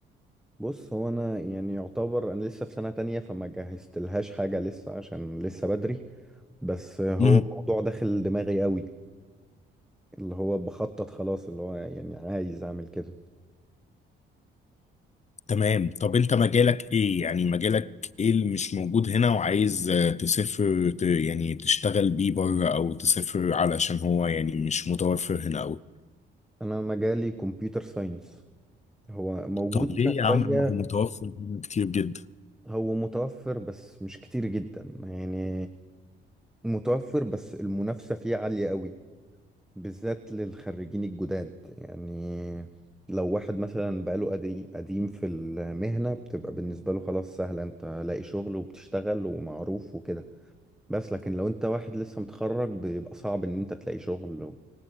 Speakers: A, in the centre; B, on the left.
A: بص هو انا يعني يعتبر انا لسه في سنة تانية فما جهزتلهاش حاجة لسه عشان لسه بدري بس هو
B: امم
A: الموضوع داخل دماغي قوي اللي هو بخطط خلاص اللي هو يعني عايز اعمل كده
B: تمام طب انت مجالك ايه؟ يعني مجالك ايه اللي مش موجود هنا وعايز آه، تسافر ت- يعني تشتغل بيه بره او تسافر علشان هو يعني مش متوفر هنا او
A: انا مجالي كمبيوتر ساينس هو موجود
B: طب ليه
A: هنا شوية
B: يا عم ما هو متوفر هنا كتير جدا
A: هو متوفر بس مش كتير جدا يعني متوفر بس المنافسة فيه عالية قوي بالذات للخريجين الجداد يعني لو واحد مثلا بقاله قدي- قديم في المهنة بتبقى بالنسبة له خلاص سهلة انت لاقي شغل وبتشتغل ومعروف وكده بس لكن لو انت واحد لسه متخرج بيبقى صعب ان انت تلاقي شغل و-